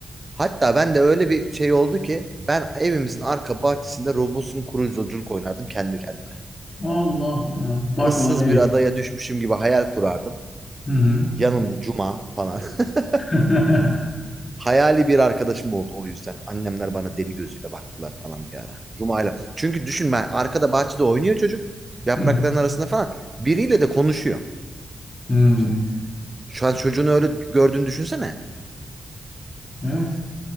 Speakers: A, on the right; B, on the left.
A: Hatta ben de öyle bir şey oldu ki ben evimizin arka bahçesinde Robinson Crusoe'culuk oynardım kendi kendime.
B: Allah ya. Bak
A: Issız
B: olaya gel.
A: bir adaya düşmüşüm gibi hayal kurardım.
B: Hı hı.
A: Yanımda Cuma falan. <laughs>
B: <laughs>
A: Hayali bir arkadaşım oldu o yüzden. Annemler bana deli gözüyle baktılar falan bir ara. Cuma'yla. Çünkü düşün ben arkada bahçede oynuyor çocuk. Yaprakların
B: Hı
A: arasında falan. Biriyle de konuşuyor.
B: hı.
A: Şimdi şu an çocuğunu öyle gördüğünü düşünsene.
B: Evet.